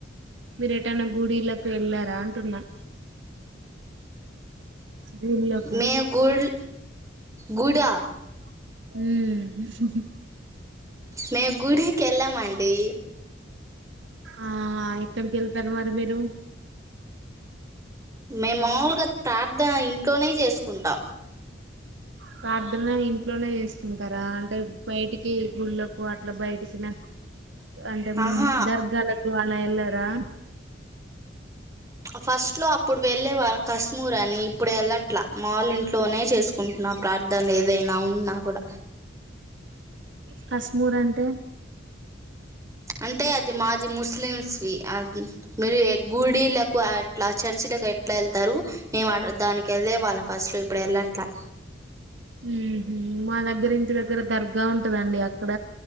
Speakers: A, on the right; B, on the right.
A: మీరు ఎటైనా గూడిళకి వెళ్ళారా అంటున్నా గుళ్లకు
B: మేము గుడ్ గుడా
A: హ్మ్
B: మేము గుడికి వెళ్ళమండి
A: ఆ ఎక్కడికి వెళ్తారు మరి మీరు
B: మే మామూలుగా తర్ధన ఇంట్లోనే చేసుకుంటా
A: ప్రార్ధన ఇంట్లోనే చేసుకుంటారా అంటే బయటికి గుళ్ళలకు అట్లా బయటికినే అంటే
B: ఆహా
A: దర్గాలకు అలా వెళ్ళారా
B: ఫస్ట్లో అప్పుడు వెళ్ళేవాళ్ళం కశ్మూర్ అని ఇప్పుడు యెళ్ళట్లా మావొళ్లింట్లోనే చేసుకుంటున్నా ప్రార్థన ఏదైనా ఉన్నా కూడ
A: కాశస్మూర్ అంటే
B: అంటే అది మాది ముస్లిమ్స్వి అద్ మీరు గుడిలకు అట్లా చర్చిలకు ఎట్లా వెళ్తారు మేము దానికి వెళ్లేవాళ్ళం ఫస్ట్లో ఇప్పుడు వెళ్ళట్లా
A: ఊహు మా దగ్గర ఇంటి దగ్గర దర్గా ఉంటదండి అక్కడ